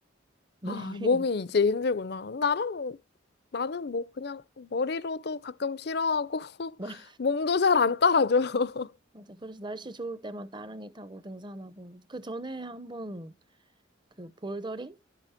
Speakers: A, on the right; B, on the left.
A: 몸이
B: 아, 몸이 이제 힘들구나. 나랑, 나는 뭐 그냥 머리로도 가끔 싫어하고, <laughs>
A: <laughs> 멀-
B: 몸도 잘 안 따라줘. <laughs>
A: 맞아. 그래서 날씨 좋을 때만 따릉이 타고 등산하고 그 전에 한번 그 볼더링